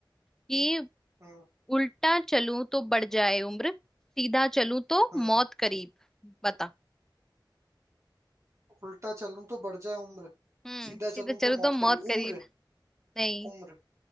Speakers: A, in the centre; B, on the right.
A: कि
B: हाँ
A: उल्टा चलूं तो बढ़ जाए उम्र सीधा चलूं तो
B: हाँ
A: मौत करीब बता
B: उल्टा चलूं तो बढ़ जाए उम्र
A: हम्म
B: सीधा
A: सीधा
B: चलूं
A: चलूं
B: तो मौत
A: तो मौत
B: करी
A: करीब
B: उम्र
A: नहीं
B: उम्र